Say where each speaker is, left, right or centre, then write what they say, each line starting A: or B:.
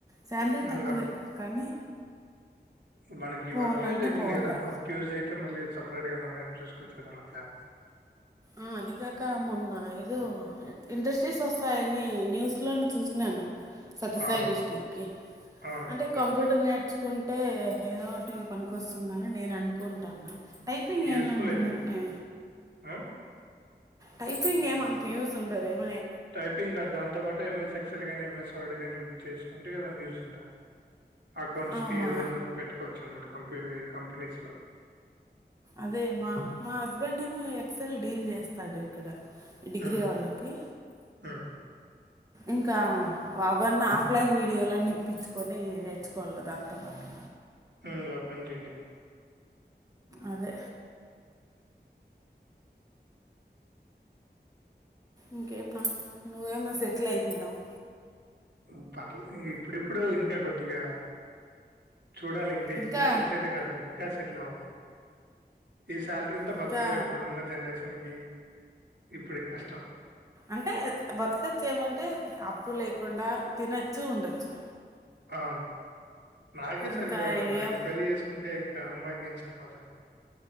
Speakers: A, on the right (about 20°); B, on the right (about 75°).
A: శాలరీ
B: హ్మ్.
A: తక్కువే
B: అప్
A: కానీ,
B: మనకి
A: పోవాలంటే
B: వర్క్ యూజ్ అయితుంది.
A: పోవాలా
B: కదా వర్క్ యూజ్ అయితే మళ్ళ సపరేట్ గా మన ఆ చూసుకొచ్చదన్న ప్లాన్స్.
A: ఆ అదిగాక మొన్న ఏదో ఇండస్ట్రీస్ వస్తాయని న్యూస్ లో చూసినాను. సత్యసాయి
B: అవునవును.
A: డిస్టిక్ కి
B: ఆ!
A: అంటే
B: వస్తాయి.
A: కంప్యూటర్
B: వస్తాయి.
A: నేర్చుకుంటే అంటే ఏదోటి పనికొస్తుందని నేను అనుకుంటన. టైపింగ్
B: యూజ్‌ఫుల్
A: ఏందు ఉంటుంది
B: అయితది.
A: ఇట్నె
B: ఆ
A: టైపింగ్ ఏమ అంత యూజ్ ఉండదు. ఏమ
B: టైపింగ్ కాదు దాంతోపాటు ఎంఎస్ ఎక్సెల్ కానీ ఎంఎస్ వర్డ్ గాని, చేసుకుంటే ఏదన్నా యూస్ ఉంటది. అకౌంట్స్
A: ఆ,
B: కి
A: మా
B: ఏదో దానికి పెట్టుకోవచ్చు. అన్నమాట కంపెనీ కంపెనీస్ లో
A: అదే మా మా హస్బెండ్ ఏమో ఎక్సెల్ డీల్ చేస్తాడు. ఇక్కడ డిగ్రీ
B: హ్మ్.
A: వాళ్ళకి
B: హ్మ్.
A: ఇంకా వ అవన్నీ ఆఫ్లైన్ వీడియోలన్ని ఇప్పిచ్చుకొనీ నేర్చుకోవాలి దాంతోపాటు
B: హూ ఆ పని చేయండి
A: అదే ఇంకేం న నువ్వేమొ సెటిల్ అయిపోయినావు
B: ఉ పర్ల్ ఇప్పుడిప్పుడు ఇంకా కొద్దిగా చూడాలింకా
A: ఇంకా
B: ఇట్లా సెటిల్ అయితే కాదు ఇంకా సెట్ ట్లోవాలి ఈ సాలరీల్తో
A: ఇంకా
B: బతకలేం ఇప్పుడున్న జనరేషన్ గి ఇప్పుడీ కష్టం
A: అంటే బతకొచ్చు ఏమంటే అప్పు లేకుండా తినచ్చు ఉండొచ్చు
B: అవును నాకే సరిపోవడంలా
A: ఇంకా ఏం
B: ఇ పెళ్లి చేసుకుంటే ఇంకా అమ్మాయికి ఏం సరిపోతాది